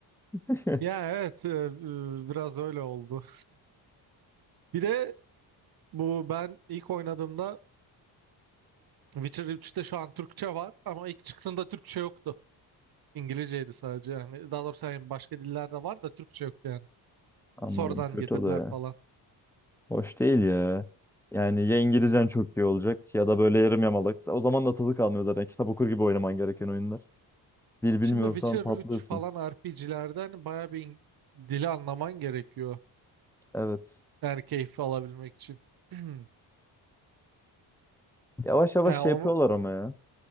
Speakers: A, in the centre; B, on the right (about 55°).
A: <laughs>
B: Ya evet e, e, biraz öyle oldu. Bir de bu ben ilk oynadığımda Witcher üçte şu an Türkçe var ama ilk çıktığında Türkçe yoktu. İngilizceydi sadece yani. Daha doğrusu yani başka dillerde var da Türkçe yoktu yani.
A: Anladım.
B: Sonradan
A: Kötü
B: getirdiler
A: o da ya.
B: falan.
A: Hoş değil ya. Yani ya İngilizcen çok iyi olacak ya da böyle yarım yamalak. O zaman da tadı kalmıyor zaten. Kitap okur gibi oynaman gereken oyunlar. Dil bilmiyorsan
B: Şimdi Witcher
A: patlıyorsun.
B: üç falan RPG'lerde hani bayağı bir İng- dili anlaman gerekiyor.
A: Evet.
B: Yani keyfi alabilmek için. <clears throat>
A: Yavaş yavaş
B: Yani
A: şey
B: onu
A: yapıyorlar ama ya.